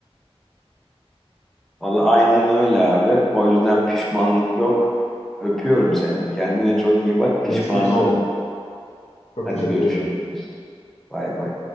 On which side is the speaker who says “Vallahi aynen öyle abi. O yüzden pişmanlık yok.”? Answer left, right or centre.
Centre